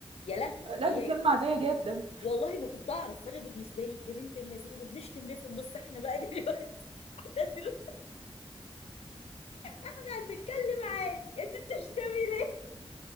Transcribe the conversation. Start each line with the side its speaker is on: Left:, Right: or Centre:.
Left: يا لهوي
Right: لا
Left: هي
Right: دي كلمة عادية جدا
Left: والله ما كنت اعرف فانا بالنسبه لي يا بنت اللذينه بنشتم ليه في النص احنا بقى دلوقتي <laughs> احنا طلعنا هنتكلم عادي انتوا بتشتمي